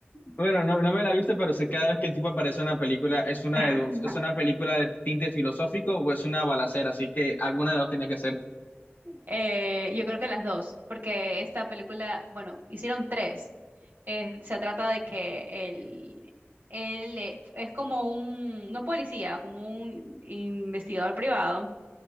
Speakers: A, on the left; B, on the right.
A: Bueno, no, no me la viste, pero sé cada vez que el tipo aparece en una película, es una
B: <laughs>
A: de dos. ¿Es una película de tinte filosófico o es una balacera? Así que alguna de dos tenía que ser.
B: Eh, yo creo que las dos, porque esta película, bueno, hicieron tres. Eh, se trata de que él, él eh, es como un, no policía, como un investigador privado,